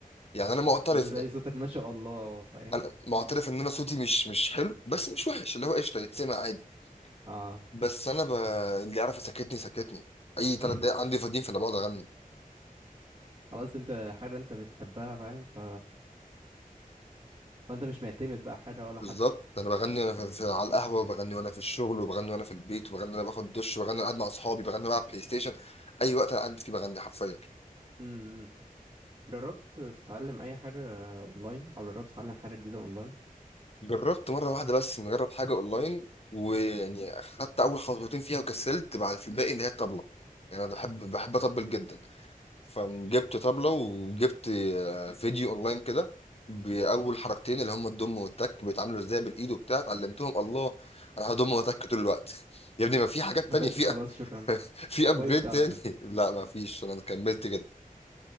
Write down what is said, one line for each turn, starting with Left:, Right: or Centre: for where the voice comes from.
Left: يعني أنا معترف
Right: انت تلاقي صوتك ما شاء الله فاهم
Left: أنا معترف إن أنا صوتي مش مش حلو بس مش وحش اللي هو قشطة يتسمع عادي
Right: اه
Left: بس انا ب... اللي يعرف يسكتني سكتني اي ثلاث
Right: <laughs>
Left: دقايق عندي فاضيين فانا بقعد اغني
Right: خلاص انت حاجة انت بتحبها فاهم ف... فانت مش معتمد بقى حاجة ولا
Left: بالظبط
Right: حد
Left: انا بغني وانا في... في... على القهوه وبغني وانا في الشغل وبغني وانا في البيت وبغني وانا باخد دش وبغني وانا قاعد مع اصحابي بغني وانا بلعب بلاي ستيشن اي وقت انا قاعد فيه بغني حرفيا
Right: امم امم. جربت تتعلم اي حاجة اونلاين او جربت تتعلم حاجة جديدة اونلاين
Left: جربت مره واحده بس نجرب حاجه اونلاين ويعني خدت اول خطوتين فيها وكسلت بعد في الباقي اللي هي الطبله يعني انا بحب بحب اطبل جدا فجبت طبلة وجبت آه، فيديو اونلاين كده بأول حركتين اللي هم الضم والتك بيتعاملوا ازاي بالايد وبتاع اتعلمتهم الله انا هضم واتك طول الوقت يا ابني ما في حاجات
Right: <laughs>
Left: تانية
Right: بس
Left: في
Right: خلاص
Left: <laughs> أ-
Right: شكرا
Left: في ابجريد
Right: وقفت على
Left: تاني
Right: كده
Left: لا ما فيش انا كملت كده